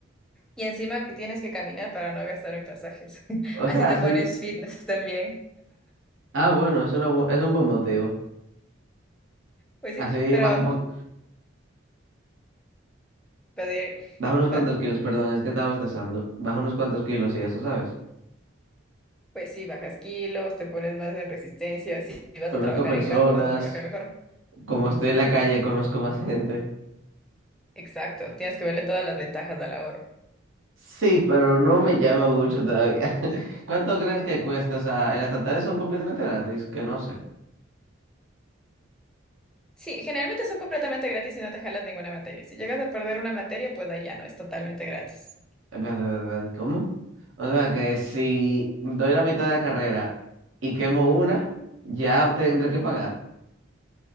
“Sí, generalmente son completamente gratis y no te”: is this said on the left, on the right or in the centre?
Centre